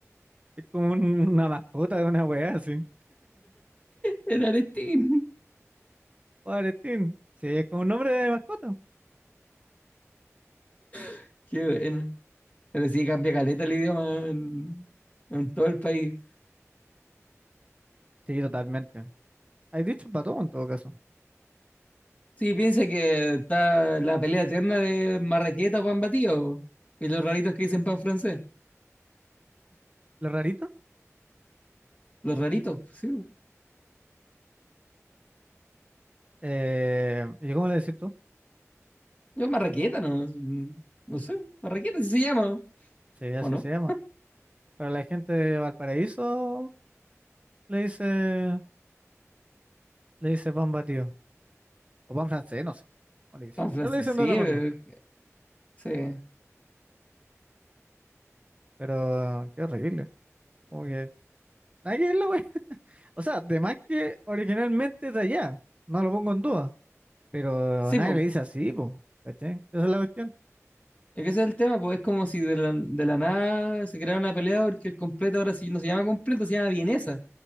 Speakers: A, on the right; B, on the left.
A: Es como un- una mascota de una weá así.
B: en Arestín.
A: Pobretín. Sí, es como un nombre de mascota.
B: <laughs> Qué bueno. Pero sí cambia caleta el idioma en, en todo el país.
A: Sí, totalmente. Hay dicho para todo en todo caso.
B: Sí, piensa que está la pelea eterna de marraqueta o pan batido. Y los raritos que dicen pan francés.
A: Lo rarito.
B: Los raritos, sí.
A: Eh, ¿y cómo le decís tú?
B: Yo marraqueta, no, no sé. Marraqueta sí se llama,
A: Sí, así
B: ¿o no?
A: se llama. Pero la gente de Valparaíso le dice, le dice pan batido. O pan francés, no sé. cómo le dicen.
B: Pan francés,
A: Pero le dicen
B: sí,
A: de otra forma.
B: pero- sí.
A: Pero qué horrible. Como que. Nada que ver la O sea, de más que originalmente es de allá. No lo pongo en duda. Pero
B: Sí,
A: nadie
B: pues.
A: le dice así, pues, ¿cachai? Esa es la cuestión.
B: Es que ese es el tema, pues es como si de la, de la nada se creara una pelea porque el completo ahora sí no se llama completo, se llama vienesa.